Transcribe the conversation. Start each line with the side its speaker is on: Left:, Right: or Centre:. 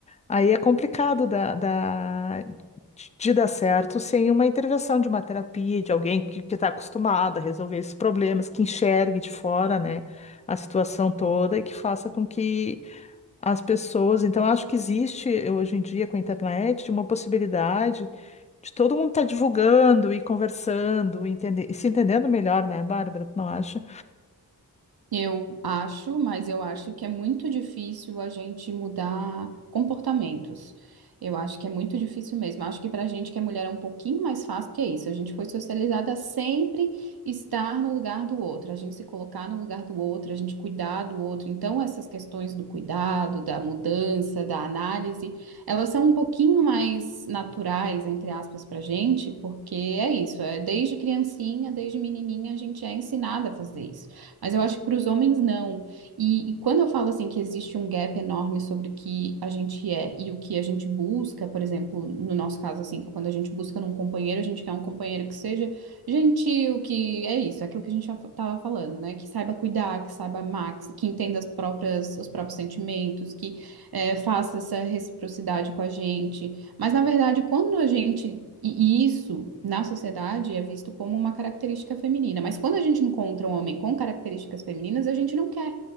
Left: Aí é complicado da, da, de de dar certo sem uma intervenção de uma terapia, de alguém que que está acostumado a resolver esses problemas, que enxergue de fora, né? A situação toda e que faça com que as pessoas. Então, eu acho que existe hoje em dia com a internet uma possibilidade de todo mundo estar divulgando e conversando, entender, e se entendendo melhor, né, Bárbara? Tu não acha?
Right: Eu acho, mas eu acho que é muito difícil a gente mudar comportamentos. Eu acho que é muito difícil mesmo. Eu Acho que pra gente que é mulher é um pouquinho mais fácil, porque é isso. A gente foi socializada a sempre estar no lugar do outro, a gente se colocar no lugar do outro, a gente cuidar do outro. Então, essas questões do cuidado, da mudança, da análise, elas são um pouquinho mais naturais, entre aspas, pra gente, porque é isso. É desde criancinha, desde menininha, a gente é ensinada a fazer isso. Mas eu acho que para os homens não. E, e quando eu falo assim que existe um gap enorme sobre o que a gente é e o que a gente busca, por exemplo, no nosso caso assim, quando a gente busca num companheiro, a gente quer um companheiro que seja gentil, que é isso, é aquilo que a gente já fa- tava falando, né? Que saiba cuidar, que saiba amar, que, que entenda as próprias os próprios sentimentos, que eh, faça essa reciprocidade com a gente. Mas, na verdade, quando a gente. E e isso na sociedade é visto como uma característica feminina. Mas quando a gente encontra um homem com características femininas, a gente não quer.